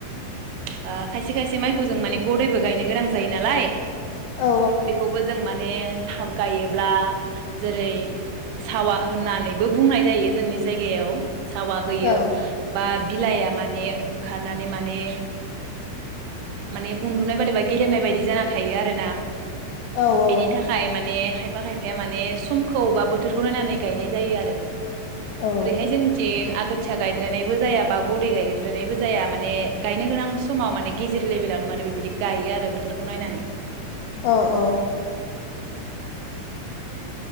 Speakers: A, on the right (about 80°); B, on the left (about 80°).
A: खायसे खायसे माइखौ जों माने गदैबो गायनो गोनां जायो नालाय
B: औ
A: बेखौबो जों माने थाब गायोब्ला जेरै सावा होननानैबो बुंनाय जायो जोंनि जायगायाव सावा होयो
B: औ
A: बा बिलाइआ माने ओंखार नानै माने माने उन्दुनाय बायदिबा गेलेमनाय बायदि जाना थायो आरोना
B: औ औ
A: बेनि थाखाय माने खायफा खायफाया माने समखौ बा बोथोरखौ नायनानै गायनाय जायो आरो
B: औ
A: ओरैहाय जोंनिथिं आगोथिया गायद्रायबो जाया बा गदै गायद्रायबो जाया माने गायनो गोनां समाव माने गेजेर लेभेलावनो माने बेबायदि गायो आरो बोथोरखौ नायनानै
B: औ औ